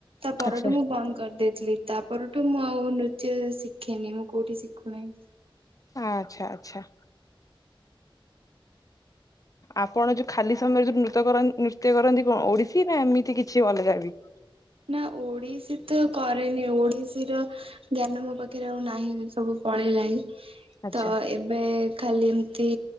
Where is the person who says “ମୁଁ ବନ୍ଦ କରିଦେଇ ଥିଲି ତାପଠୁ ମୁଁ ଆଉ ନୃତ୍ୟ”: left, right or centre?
Right